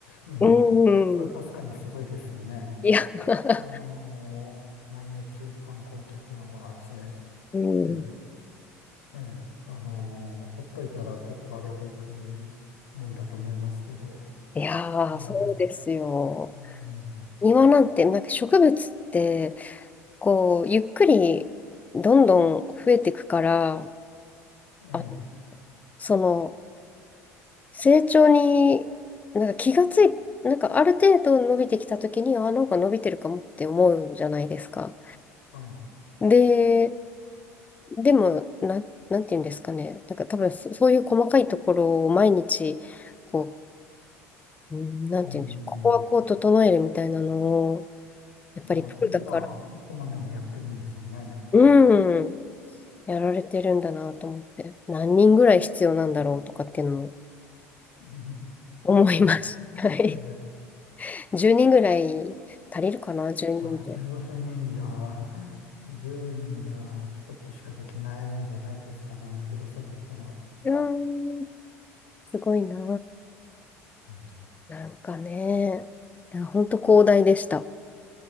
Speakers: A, on the left; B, on the left.
A: ね、
B: うんうん、
A: それは確かにすごいですよね。
B: いや、<laughs>
A: あのー毎日観光客が回って、
B: うん、
A: でええ、あのーほっといたら結構荒れていくもんだと思いますけど、
B: いやー、
A: ね
B: そうですよ。
A: え、うん、
B: 庭なんて、なんか植物って、こう、ゆっくりどんどん増えていくから、
A: ええ、
B: あ、その、成長に、なんか気がつい、なんかある程度伸びてきた時に、あ、なんか伸びてるかもって思うじゃないですか。
A: はい、
B: で、でも、なん、なんていうんですかね。なんか多分そ、そういう細かいところを毎日、こう、うんなんていうんでしょう。
A: うん、
B: ここはこう整えるみたいなのを、やっぱりプロだから、
A: まあ、まあ、こまめにやってるんでしょうね。
B: うん、やられてるんだなと思って、何人ぐらい必要なんだろうとかっていうのも
A: <laughs> うん確かに。
B: 思います。
A: え
B: はい。
A: え、
B: 10人ぐらい足りるかな、10人で。
A: じゃあ、0人じゃ、10人じゃ、ちょこっとしかできないんじゃないですかね、あの広さだったら。
B: うん、すごいな。
A: うん
B: なんかね、いや、本当広大でした。